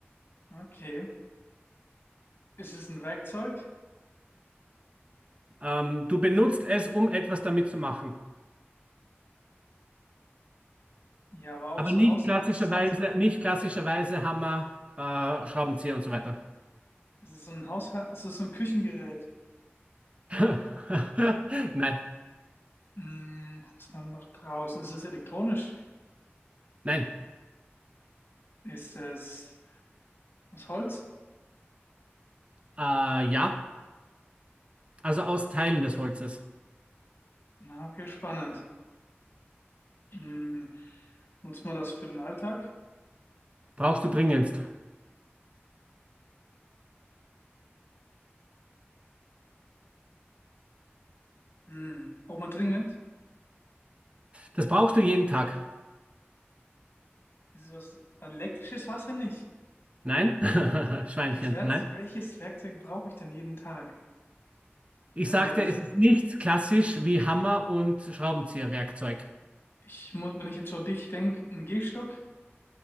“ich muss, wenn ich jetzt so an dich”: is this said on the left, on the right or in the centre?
Left